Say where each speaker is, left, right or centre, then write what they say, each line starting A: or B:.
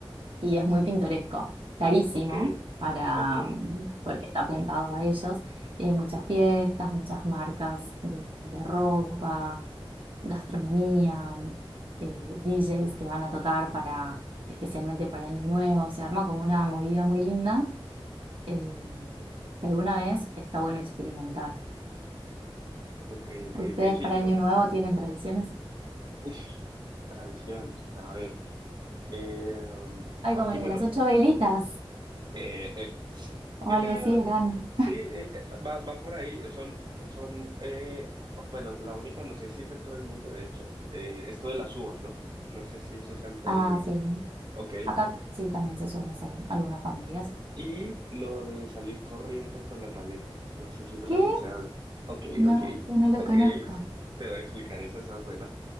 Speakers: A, on the right; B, on the right.
A: Y es muy pintoresco, carísimo,
B: Ok,
A: para,
B: ok,
A: porque está apuntado a ellos. Y hay muchas fiestas, muchas marcas de de ropa gastronomía, eh, DJs que van a tocar para, especialmente para Año Nuevo, se arma como una movida muy linda, eh, que alguna vez está bueno experimentar.
B: ok, ok,
A: ¿Ustedes
B: ok. Sí,
A: para
B: yo,
A: Año Nuevo tienen tradiciones?
B: uff, tradiciones, a ver. eh,
A: Ay,
B: aquí,
A: como la
B: bueno,
A: de las ocho velitas
B: eh, eh,
A: o
B: sí,
A: algo así
B: yo-
A: eran.
B: sí, eh, eh, va, va por ahí. Son, son, eh, bueno, la única, no sé si es en todo el mundo, de hecho, eh, esto de las uvas, ¿no? No sé si eso sea en todo
A: Ah,
B: el mundo.
A: sí.
B: Ok.
A: Acá t- sí también se suele hacer en algunas familias.
B: Y lo de salir corriendo con las maletas. No sé si eso
A: ¿Qué?
B: también sea... Ok,
A: No,
B: ok,
A: eso no lo
B: ok.
A: conozco.
B: Te voy a explicar eso, esa es buena.